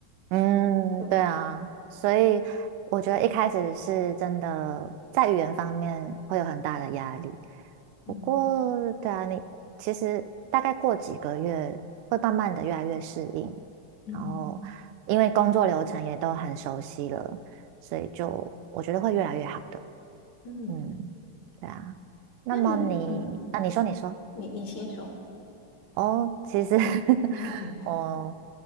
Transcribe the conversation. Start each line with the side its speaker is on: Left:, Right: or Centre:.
Right: 嗯，
Left: 对，
Right: 对啊，所以我觉得一开始是真的在语言方面会有很大的压力。
Left: 嗯
Right: 不过，对啊，你其实大概过几个月会慢慢的越来越适应，
Left: 嗯
Right: 然后因为工作流程也都很熟悉了，所以就我觉得会越来越好的。
Left: 嗯，
Right: 嗯，对啊。那么你啊，
Left: 那你嗯，
Right: 你说你说，
Left: 你你先说。
Right: 哦，其实 <laughs>
Left: <laughs>
Right: 我